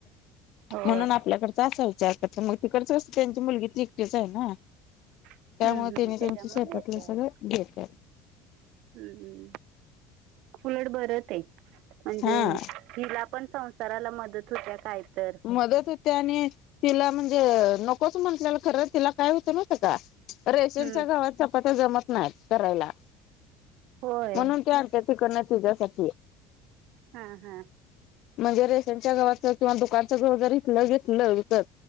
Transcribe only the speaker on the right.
होय
हम्म
हम्म
त्याच्यामुळे
देत्यात
हम्म, उलट बर ते म्हणजे
तिलापण संसाराला मदत होत्या काय तर.
हम्म
होय
हा हा.